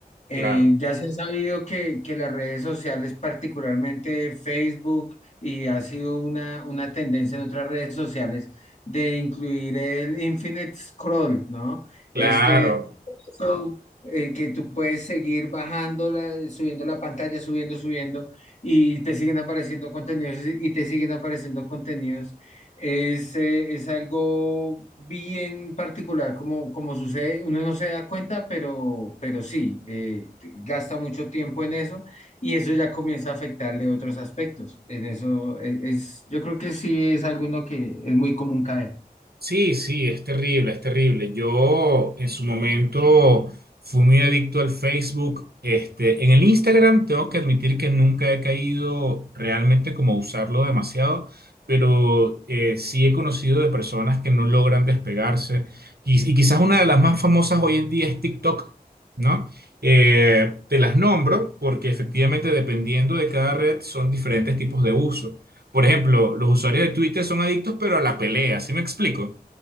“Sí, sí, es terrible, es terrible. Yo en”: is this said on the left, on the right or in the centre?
Right